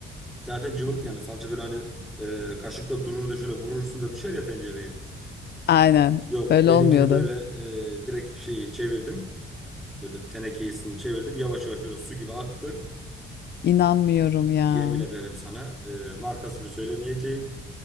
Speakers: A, in the centre; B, on the left.
A: Zaten
B: <laughs>
A: cıvıktı yani salça böyle hani e, kaşıkta durur da şöyle vurursun da düşer ya tencereye.
B: Aynen.
A: Yok
B: Öyle
A: benimkini
B: olmuyordu.
A: böyle e, direkt şeyi çevirdim. Böyle tenekesini çevirdim. Yavaş yavaş böyle su gibi aktı.
B: İnanmıyorum ya.
A: Yemin ederim sana e, markasını söylemeyeceğim.